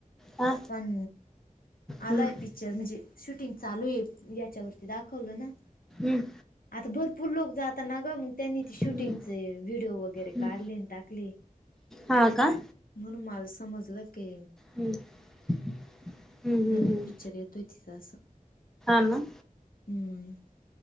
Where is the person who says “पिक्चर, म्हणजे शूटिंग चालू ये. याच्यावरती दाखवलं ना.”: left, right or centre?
Left